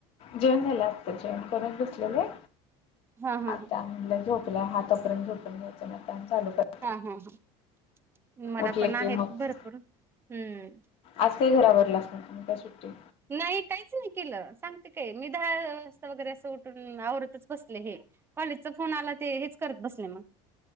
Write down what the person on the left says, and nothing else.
जेवण झालं आताच जेवण करून बसलेलोय
आता
म्हनलं झोपल्या हात तोपर्यंत झोपून घ्यायच. मग काम चालू करायचं.
उठले
की मग
आज काय घरावर असणार मग काय सुट्टी.